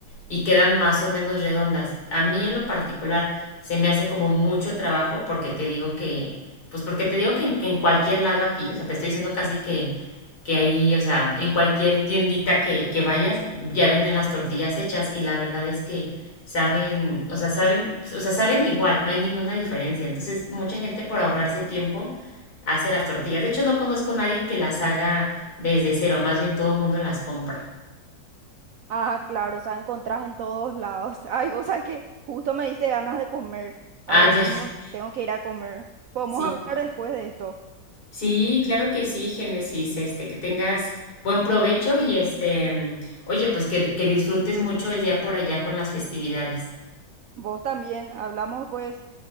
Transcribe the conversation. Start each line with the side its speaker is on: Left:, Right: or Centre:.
Left: y quedan más o menos redondas. A mí en lo particular se me hace como mucho trabajo porque te digo que, pues porque te digo que en, que en cualquier lado aquí, o sea, te estoy diciendo casi que, que ahí, o sea, en cualquier tiendita que, que vayas, ya venden las tortillas hechas y la verdad es que saben, o sea, saben, o sea, saben igual, no hay ninguna diferencia. Entonces, mucha gente por ahorrarse tiempo hace las tortillas. De hecho, no conozco a nadie que las haga desde cero, más bien todo el mundo las compra.
Right: Ah, claro, o sea, encontrás en todos lados. <laughs> Ay, vos sabés que justo me diste ganas de comer.
Left: Ah,
Right: Ahora
Left: ya.
Right: mismo
Left: <laughs>
Right: tengo que ir a comer. Podemos
Left: Sí.
Right: hablar después de esto.
Left: Sí, claro que sí, Génesis, este, que tengas buen provecho y este, mm, oye, pues que, que disfrutes mucho el día por allá con las festividades.
Right: Vos también, hablamos pues.